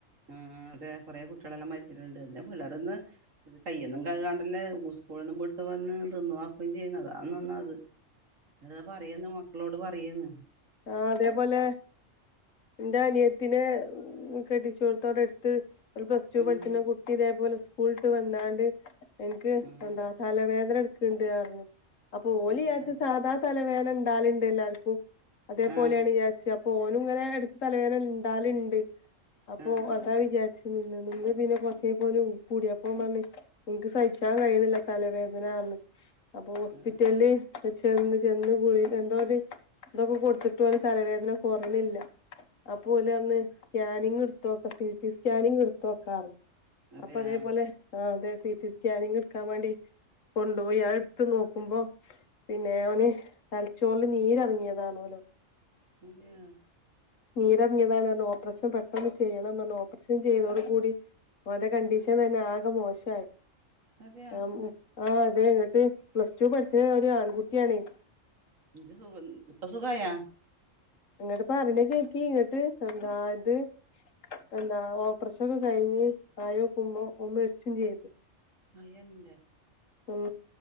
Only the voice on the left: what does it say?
ആ അതേപോലെ എന്റെ അനിയത്തിനെ കെടി ച്ചോട്ത്തവ്ടെട്ത്ത് ഒരു പ്ലസ് ടു
പഠിച്ച്ണ കുട്ടി ഇതേ പോലെ സ്കൂൾട്ട് വന്നാണ്ട് എൻക്ക്
എന്താ തലവേദനട്ക ണ്ട് അർഞ്ഞ് അപ്പൊ ഓലിയാര്ച്ചെ
സാധാ തലവേ ണ്ടാല്ണ്ട് എല്ലാര്ക്കും അതേപോലെയാണ്യാര്ച്ച്
അ പ്പോനുംങ്ങനെ എടക്ക് തലവേദനണ്ടാല്ണ്ട് അപ്പൊ
അതാ വിചാര്ച്ച് നിന്ന് നിന്ന് പിന്നെ കൊറച്ചേയ്ഞ്ഞപ്പം ഓന് ഊക്ക് കൂടിയപ്പോൻ പറ്ഞ്ഞ് ഇൻക്ക് സഹിച്ചാൻ കഴിയ്ണില്ല തലവേദനാർഞ്ഞ് അപ്പൊ ഹോസ്പിറ്റൽല്
ചെന്ന് ചെന്ന് കുഴി എന്തോര് തൊക്കെ കൊടുത്തിട്ട് ഓന് തലവേദന കാെറിണില്ല ആ പോലെ അന്ന് സ്കാനിങ് എടുത്ത് നോക്കാം സി ടി സ്കാനിങ് എടുത്ത് നോക്കാം
അപ്പൊ അതേപോലെ ആ അതെ സിറ്റടി സ്കാനിങ് എടുക്കാൻ വേണ്ടി കൊണ്ടുപോയി ആ എടുത്ത് നോക്കുമ്പോ പിന്നെ അവന് തലച്ചോറില് നീരറങ്ങിയതാ താണോലൊ
നീരറങ്ങിയതാണ് പറഞ്ഞ് ഓപ്പറേഷൻ പെട്ടെന്ന് ചെയ്യണംന്ന് പറഞ്ഞ് ഓപ്പറേഷൻ ചെയ്തോടു കൂടി ഓന്റെ കണ്ടീഷൻ തന്നെ ആകെ മോശമായി
ആ ആഹ് അതെ ഇങ്ങിട്ട് പ്ലസ് ടു പഠിച്ചത് ഒരു ആൺകുട്ടിയാണ്
അങ്ങട്ടിപ്പ അറിനൊക്ക നക്കി ഇങ്ങട്ട് എന്താ ഇത് എന്താ ഓപ്പ്രഷൻ ഒക്കെ കഴിഞ്ഞ് ആയോ കുമ്പോ മരിച്ചും ചെയ്ത്
ഉം